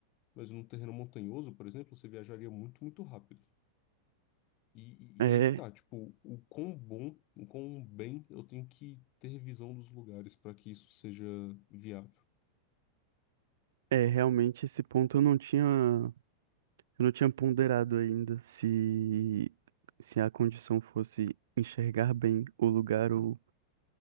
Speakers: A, on the left (about 40°); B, on the right (about 60°).
A: Mas num terreno montanhoso, por exemplo, você viajaria muito, muito rápido. E,
B: É,
A: e aí que tá, tipo, o quão bom, o quão bem eu tenho que ter visão dos lugares para que isso seja viável.
B: é, realmente esse ponto eu não tinha. Eu não tinha ponderado ainda se, se a condição fosse enxergar bem o lugar ou,